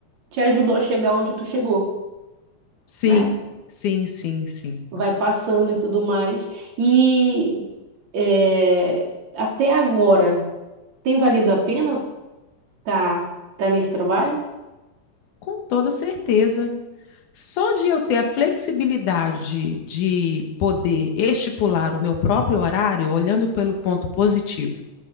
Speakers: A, on the right; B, on the left.
A: te ajudou a chegar onde tu chegou,
B: Sim,
A: né?
B: sim, sim, sim.
A: Vai passando e tudo mais. E é, até agora, tem valido a pena tá, tá nesse trabalho?
B: Com toda certeza. só de eu ter a flexibilidade de poder estipular o meu próprio horário, olhando pelo ponto positivo,